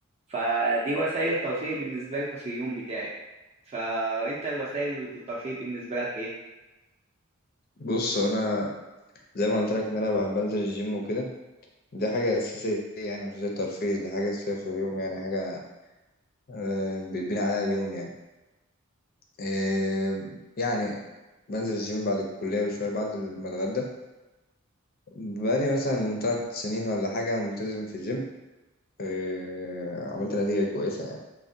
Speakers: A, on the right; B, on the left.
A: فدي وسائل الترفيه بالنسبة لي في اليوم بتاعي فأنت وسائل الترفيه بالنسبة لك إيه؟
B: بص انا زي ما قلت لك ان انا ب- بنزل الجيم وكده دي حاجة أساسية يعني مش زي الترفيه دي حاجة أساسية في اليوم يعني حاجة آه، بيتبني عليها اليوم يعني آه، يعني بنزل الجيم بعد الكلية بشوية بعد ما اتغدى بقالي مثلا تلات سنين ولا حاجة ملتزم في الجيم آه، عملت نتيجة كويسة يعني.